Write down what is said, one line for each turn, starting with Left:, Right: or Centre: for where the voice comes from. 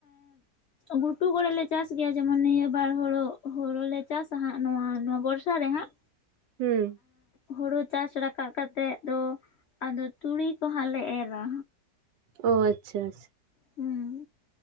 Left: ᱜᱷᱩᱴᱩ ᱠᱚᱨᱮᱞᱮ ᱪᱟᱥ ᱜᱮᱭᱟ ᱡᱮᱢᱚᱱ ᱱᱤᱭᱟᱹ ᱵᱟᱨ ᱦᱩᱲᱳ ᱦᱳᱲᱳ ᱞᱮ ᱪᱟᱥᱟ ᱦᱟᱸᱜ ᱱᱚᱣᱟ ᱱᱚᱣᱟ ᱵᱚᱨᱥᱟ ᱨᱮ ᱦᱟᱸᱜ
Right: ᱦᱩᱸ
Left: ᱦᱩᱲᱩ ᱪᱟᱥ ᱨᱟᱠᱟᱵ ᱠᱟᱛᱮᱜ ᱫᱚ ᱟᱫᱚ ᱛᱩᱲᱤ ᱠᱚᱦᱟᱸ ᱞᱮ ᱮᱨᱟ
Right: ᱚ ᱟᱪᱪᱷᱟ ᱟᱪᱪᱷᱟ
Left: ᱦᱩᱸ